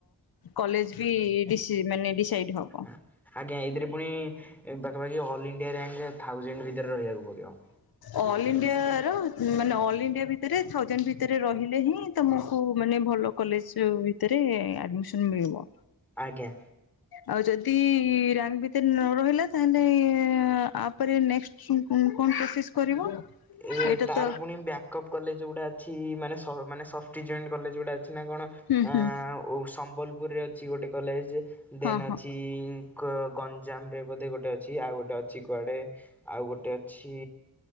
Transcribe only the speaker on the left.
କଲେଜ ବି ଡିସି ମାନେ ଡ଼ିସାଇଡ଼ ହ
ଅଲ୍ ଇଣ୍ଡିଆର ମାନେ ଅଲ୍ ଇଣ୍ଡିଆ ଭିତରେ ଥାଉଜେଣ୍ଡ ଭିତରେ ରହିଲେ ହିଁ ତମକୁ ମାନେ ଭଲ କଲେଜ୍ ଭିତରେ ଆଡ଼ିମିସନ୍ ମିଳିବ।
ଆଉ ଯଦି ରାଙ୍ଗ ଭିତରେ ନରହିଲା ତାହେଲେ ଆପରେ ନେକ୍ସଟ ଉଁ କଣ ପ୍ରୋସେସ କରିବ?
ଏଇଟା
ତ
ହୁଁ
ହୁଁ
ହଁ ହଁ।